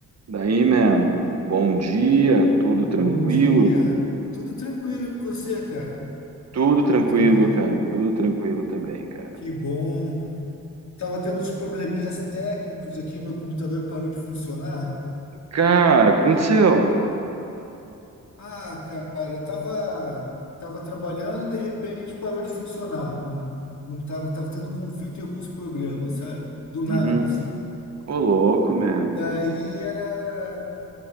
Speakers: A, on the right; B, on the left.
A: Daí, man, bom dia, tudo
B: Bom
A: tranquilo?
B: dia. Tudo tranquilo e você, cara?
A: Tudo tranquilo,
B: Tudo tranquilo?
A: cara, tudo tranquilo também, cara.
B: Que bom. Tava tendo uns probleminhas técnicos aqui, meu computador parou de funcionar.
A: Cara, o que aconteceu?
B: Ah, cara, eu tava tava trabalhando, de repente parou de funcionar. Um- Não tava, tava tendo conflito em alguns programas, sabe? Do nada,
A: Uhum.
B: assim.
A: Ô, louco, man.
B: Daí
A: O
B: era